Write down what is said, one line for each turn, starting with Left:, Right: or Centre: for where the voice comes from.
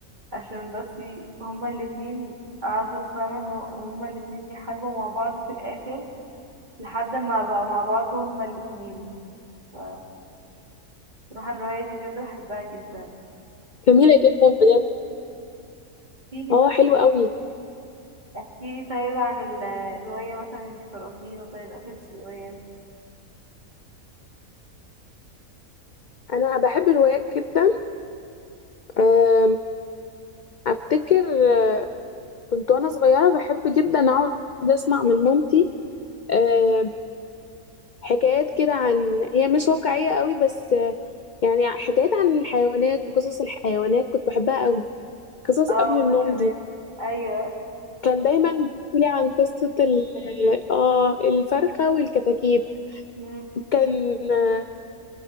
Right: عشان بس ي- هما الاتنين قعدوا فاهمة ان هو- هما الاتنين يحاربوا مع بعض في الآخر لحد ما بقوا مع بعض هما الاتنين ف- بصراحة الرواية دي بجد بحبها جدا
Left: جميلة جدا بجد
Right: احكيلي
Left: اه
Right: طيب
Left: حلوة قوي
Right: احكيلي طيب عن ال- الرواية مثلا انت قرأتيها طيب آخر رواية
Left: انا بحب الروايات جدا آم، افتكر آه، كنت وانا صغيرة بحب جدا اقعد اسمع من مامتي آم، حكايات كده عن هي مش واقعية قوي بس آه، يعني حكايات عن الحيوانات وقصص الحيوانات كنت بحبها قوي قصص
Right: اه
Left: قبل
Right: وانا
Left: النوم
Right: كمان
Left: دي
Right: ايوه
Left: كان دايما بيحكي لي عن قصة ال اه الفرخة والكتاكيت
Right: مم.
Left: كان آه،